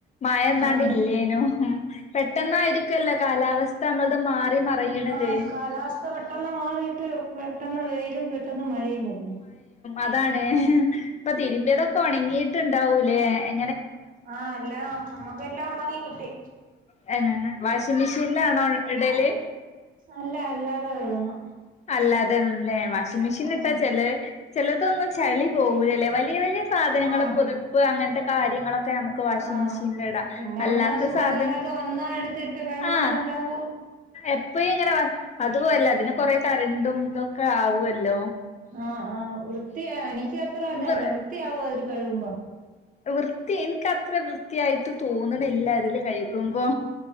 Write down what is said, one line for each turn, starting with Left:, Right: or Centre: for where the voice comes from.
Left: മഴെയെന്നണ്ട്
Right: ആഹ്
Left: ഇല്ലെനു പെട്ട് പെട്ടനായിരിക്കുല്ലാ കാലാവസ്ഥ മാറി മറിയ്ണത്
Right: ആ കാലാവസ്ഥ പെട്ടന്ന് മാറിയിട്ട് പെട്ടന്ന് വെയിലും വെ പെട്ടന്ന് മഴയും വരുന്ന്
Left: അതാണേ എ ഇപ്പം തിരുമ്പിയതൊക്കെ ഉണങ്ങി ട്ട് ഉണ്ടാവുലേ എ
Right: ആ എല്ലാ ന നമ്മക്ക് എല്ലാം ഉണങ്ങി കിട്ടി
Left: തന്നെ വാഷിംഗ് മെഷീനിലാണോ ഇടല്?
Right: അല്ല അല്ലാതെ കഴുകുന്നു.
Left: അല്ലാതെ ന്നെ വാഷിംഗ് മിഷീ
Right: ആഹ്
Left: തേച്ചല്ലേ? ചിലതൊന്നും ചളി പോകൂലലേ വലിയ വലിയ സാധനങ്ങള്
Right: ആഹ്
Left: പുതപ്പ് അങ്ങനത്തെ കാര്യങ്ങളൊ ക്കെ നമുക്ക് വാഷിംഗ്
Right: ആഹ്
Left: മിഷനിലിടാം
Right: പിന്നെ
Left: അല്ലാത്ത
Right: ഒന്ന് സുഖമില്ലാതൊക്കെ
Left: സാധനം
Right: വന്നാ എടുത്തിട്ട് കഴുവാന്നല്ലാതെ
Left: ആ എപ്പഴു ഇങ്ങനെ അതുവല്ല അതിന് കൊറെ കറന്റുംതൊക്കെ ആവുവല്ലേ?
Right: ആ ആ വൃത്തിയാ എനിക്ക് അത്ര അതല്ല
Left: വൃ
Right: വൃത്തിയാവുവോഅതില് കഴുകുമ്പോ?
Left: വൃത്തി എനിക്കത്ര വൃത്തിയായിട്ട് തോണന്നില്ല അതില് കയിക്കുമ്പോ.